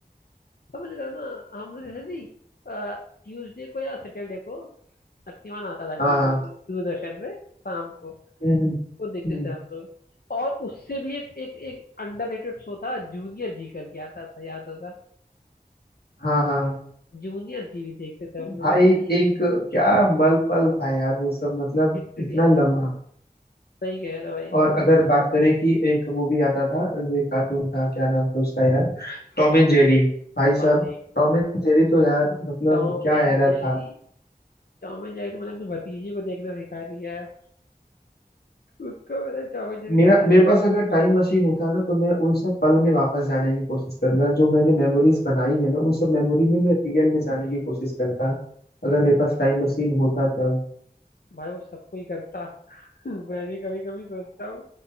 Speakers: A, on the left; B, on the left.
A: समझ रहे हो ना हम लोग जैसे नहीं ट्यूसडे को या सैटरडे को शक्तिमान आता था
B: हाँ
A: टीवी
B: हाँ
A: में दूरदर्शन में शाम को
B: हम्म, हम्म,
A: वो देखते
B: हम्म।
A: थे हम लोग और उससे भी एक एक एक अंडररेटेड शो था जूनियर जी करके आता था याद होगा
B: हाँ हाँ
A: जूनियर जी भी देखते थे हम लोग
B: भाई
A: मतलब कि
B: एक क्या मल पल था यार वो सब मतलब
A: लिटरली
B: इतना लम्हा
A: सही कह रहे हो भाई
B: और अगर बात करें कि एक वो भी आता था जो एक कार्टून था क्या नाम था उसका यार टॉम एंड जेरी भाई
A: भाई
B: साहब टॉम एंड जेरी तो यार मतलब
A: Tom
B: क्या
A: and
B: एरा
A: Jerry
B: था
A: Tom and Jerry तो मतलब अपने भतीजे को देखना सिखा दिया है उसको मैंने टॉम एंड जेरी
B: मेरा
A: लगा
B: मेरे पास अगर टाइम मशीन होता ना तो मैं उन सब पल में वापस जाने की कोशिश करता जो मैंने मेमोरीज बनाई है ना उन सब मेमोरी में मैं रियल में जाने की कोशिश करता अगर मेरे पास
A: देती
B: टाइम
A: है।
B: मशीन होता तब
A: भाई वो सबको ही करता <laughs> मैं भी कभी कभी सोचता हूँ